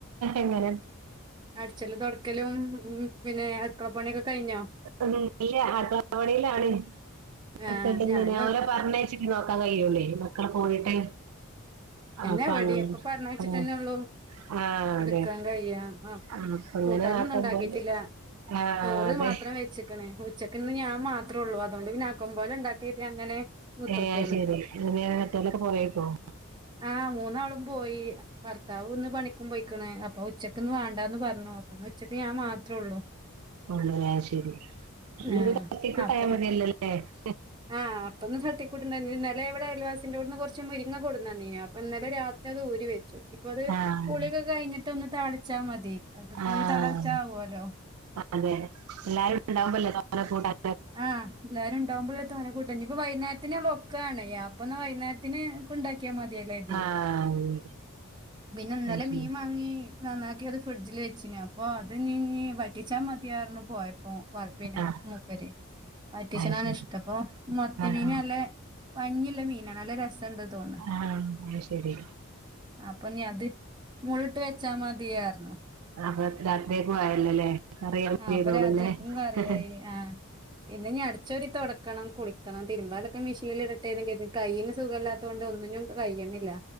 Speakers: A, on the right; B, on the right.
A: എങ്ങനെ
B: അടച്ചലും തോടക്കലും ഉ പിന്നെ അടുക്കള പണിയൊക്കെ കഴിഞ്ഞോ?
A: ഉ ഇല്ലേ അടുക്കള പണിയിലാണ്അവഓ
B: ആഹ് ഞാനും
A: പറഞ്ഞ <inaudible> ട്ട നോക്കാൻ കഴിയൂല്ലേ മക്കള് പോയിട്ട് അപ്പൊ
B: എവിടിം
A: അങ്ങനെ
B: ക്കെ പറഞ്ഞഴിച്ചി
A: ആഹ്
B: തന്നെള്ളൂ
A: ആഹ്
B: എടുക്കാൻ
A: അതെ
B: കയിയാ ആഹ
A: അപ്പൊ അങ്ങനെ
B: കൂട്ടാനൊന്നും
A: ആക്കുമ്പോ
B: ഉണ്ടാക്കിട്ടില്ല
A: ആഹ്
B: ചോറ്
A: അതെ
B: മാത്രം വെച്ചക്കണ് ഉച്ചക്ക്ന്ന് ഞാൻ മാത്രേ ഉള്ളൂ ആ അതൊണ്ട് പിനാക്കുമ്പോല ഉണ്ടാക്കിട്ട അങ്ങനെ കുത്തർക്കാണ്
A: ഏ ശെരി പിന്നെ മറ്റോരൊക്കെ പോയേക്കും
B: ആഹ് മൂന്നാളും പോയി ഭർത്താവ് ഇന്ന് പണിക്കും പോയിക്ക്ണ് അപ് അപ്പൊ ഉച്ചക്ക്ന്ന് വേണ്ടാന്ന് പറഞ്ഞു അപ്പൊന്ന് ഉച്ചക്ക് ഞാൻ മാത്രെഒള്ളൂ
A: ഉള്ളരാ ശരി <unintelligible>
B: ആഹ്
A: <unintelligible>
B: അപ്പൊ
A: <unintelligible> <unintelligible>
B: ആഹ് അപ്പെന്ന് തട്ടിക്കൂട്ടുണ്ട ഇന്നലെ ഇവടെ അയൽവാസിന്റോട്ന്ന് കൊറ്ച്ച് ഇച്ച് മുരിങ്ങ കൊട്ന്നീനി അപ്പ ഇന്നലെ രാത്രി അത് ഊരി വെച്ച് ഇപ്പൊ അത്
A: ആഹ്
B: കുള്യാെക്കെ കഴിഞ്ഞിട്ടൊ ന്ന് താളിച്ചാ മതി അത്പ്പോ
A: ആഹ്
B: ഒര് തളച്ച ആകോല്ലോ
A: അതെ എല്ലാരും ഇണ്ടാവുമ്പല്ലേ താ <unintelligible> കൂട്ട <inaudible>
B: ആഹ് എല്ലാരും ഇണ്ടാവുമ്പള് ലെ തോന്നെ കൂട്ട ഇഞ്ഞ് ഇപ്പൊ വൈന്നേരത്ത്നൊക്കാണെയ് ആണയാ <unintelligible> ഇപ്പൊ വൈന്നേര്ത്തിന് കൊണ്ടാക്കി മതിയേല്ലാര്ത്യേ
A: ആഹ്
B: പിന്നെ ഇന്നലെ
A: അത് ശരി
B: മീൻ മാങ്ങി നന്നാക്കി അത് ഫ്രിഡ്ജില് വെച്ച് ഞാൻ അപ്പോ അത് നീ വറ്റിച്ചാ മതിയാറ്ന്നു പോയ് അപ്പ പിന്നെ
A: ആഹ്
B: മൂപ്പരെ വറ്റിച്ച്നാണ്
A: അത് ശരി
B: ഇഷ്ടം അപ്പൊ മത്തിമീന
A: ആഹ്
B: അല്ലെ പഞ്ഞില്ലെ മീനാണ് നല്ല രസ ത്തണ്ട് തോണ്
A: ആഹ് ആഹ് അത് ശരി
B: അപ്പൊ ഞാ ത് മൊള് ഇട്ട് വെച്ചാ മതിയായ്ര്ന്നു
A: അ <unintelligible> രാത്രിയേക്കു ആയല്ലൊല്ലേ അറിയ
B: ആ
A: ചെയ്തോളുല്ലേ
B: അപ്പൊ രാത്രിക്കും കറിയായി
A: ആഹ്
B: ആ പിന്നെ ഞാ അട്ച്ചോരി തൊടക്കണം കുളിക്കണം തിരുമ്പാലൊക്കെ മിഷ <unintelligible> <unintelligible> <unintelligible> കൈയിന് സുഖല്ലാത്തത്കൊണ്ട് ഒന്നിനും കയ്യ്ണ്ല്ല